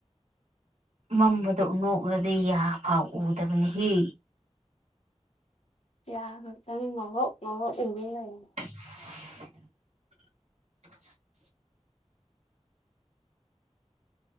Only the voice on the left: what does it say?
ꯌꯥ ꯈꯛꯇꯪ ꯉꯧꯔꯣꯛ ꯉꯧꯔꯣꯛ ꯎꯒꯩ ꯂꯩꯌꯦ